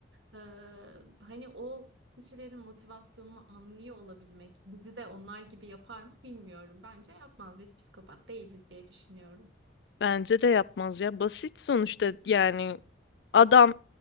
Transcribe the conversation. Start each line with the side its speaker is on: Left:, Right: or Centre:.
Right: Ee, hani o kişilerin motivasyonunu anlıyor olabilmek bizi de onlar gibi yapar mı bilmiyorum. Bence yapmaz biz psikopat değiliz diye düşünüyorum.
Left: Bence de yapmaz ya. Basit sonuçta yani adam.